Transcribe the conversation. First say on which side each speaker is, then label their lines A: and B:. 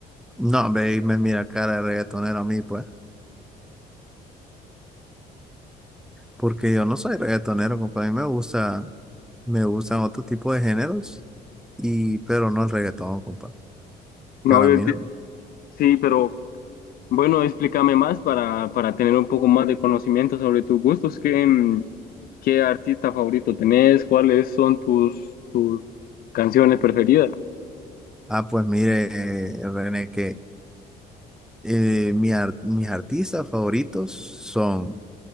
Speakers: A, in the centre; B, on the left (about 60°).
A: No, hombre, y me mira cara de reggaetonero a mí, pues, porque yo no soy reggaetonero, compa, a mí me gusta, me gustan otro tipo de géneros, y, pero no el reggaetón, compa,
B: No,
A: para
B: yo
A: mí
B: enti-
A: no.
B: sí, pero... Bueno, explícame más para, para tener un poco más de conocimiento sobre tus gustos. ¿Qué, mm, qué artista favorito tenés? ¿Cuáles son tus, tus canciones preferidas?
A: Ah, pues mire, eh, René, que... Eh, mi ar- mis artistas favoritos son